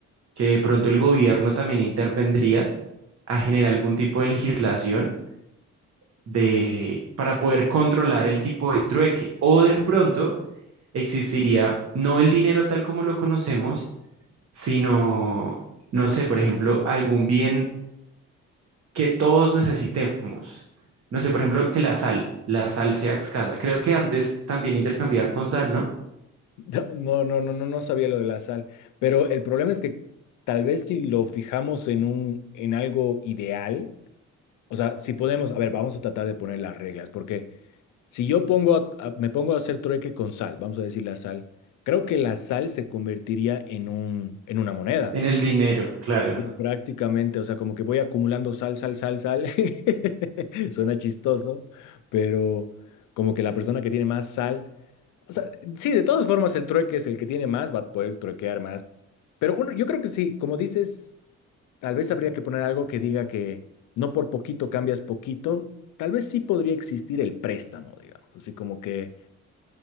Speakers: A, on the right (about 55°); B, on the left (about 80°).
A: que de pronto el gobierno también intervendría a generar algún tipo de legislación de, para poder controlar el tipo de trueque. O de pronto existiría no el dinero tal como lo conocemos, sino, no sé, por ejemplo, algún bien que todos necesitemos. No sé, por ejemplo, que la sal, la sal sea escasa. Creo que antes también intercambiaban con sal, ¿no?
B: No, no, no, no, no no sabía lo de la sal, pero el problema es que tal vez si lo fijamos en un, en algo ideal, o sea, si podemos, a ver, vamos a tratar de poner las reglas, porque si yo pongo, a- a- me pongo a hacer trueque con sal, vamos a decir la sal, creo que la sal se convertiría en un, en una moneda.
A: En el dinero, claro.
B: Prácticamente, o sea, como que voy acumulando sal, sal, sal, sal. <laughs> Suena chistoso, pero como que la persona que tiene más sal, o sea, sí, de todas formas el trueque es el que tiene más, va a poder truequear más. Pero uno, yo creo que sí, como dices, tal vez habría que poner algo que diga que no por poquito cambias poquito, tal vez sí podría existir el préstamo, digamos, así como que